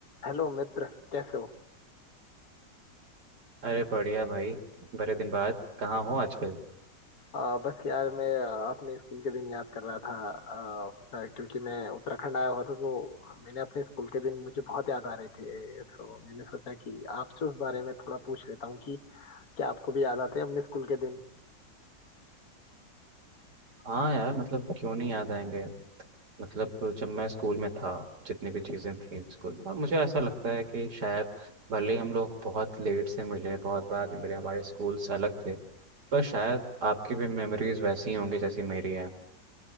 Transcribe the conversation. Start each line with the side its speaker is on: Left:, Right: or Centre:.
Left: हेलो मित्र कैसे हो
Right: अरे बढ़िया भाई बड़े दिन बाद कहाँ हो आजकल
Left: आ, बस यार मैं आ, अपने स्कूल के दिन याद कर रहा था आ, अपना- क्योंकि मैं उत्तराखंड आया हुआ था तो मैंने अपने स्कूल के दिन मुझे बहुत याद आ रहे थे तो मैंने सोचा कि आपसे उस बारे में थोड़ा पूछ लेता हूँ कि क्या आपको भी याद आते हैं अपने स्कूल के दिन
Right: हाँ यार मतलब क्यों नहीं याद आएंगे मतलब जब मैं स्कूल में था जितनी भी चीज़ें थी स्कूल में और मुझे ऐसा लगता है कि शायद भले ही हम लोग बहुत लेट से मिले बहुत बाद में मिले हमारे स्कूल से अलग थे पर शायद आपकी भी मेमोरीज वैसी ही होंगी जैसी मेरी है